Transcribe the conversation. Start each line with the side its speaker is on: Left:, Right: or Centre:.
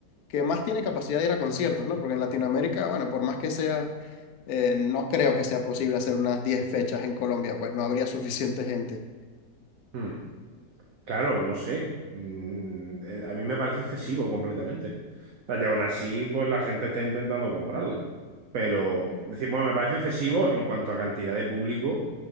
Left: que más tiene capacidad de ir a conciertos, ¿no? Porque en Latinoamérica, bueno, por más que sea, eh, no creo que sea posible hacer unas 10 fechas en Colombia, pues no habría suficiente gente.
Right: Hmm. Claro, no sé. Mm, eh, a mí me parece excesivo completamente. O sea, y aún así, pues la gente está intentando comprarla. Pero, es decir, bueno, me parece excesivo en cuanto a cantidad de público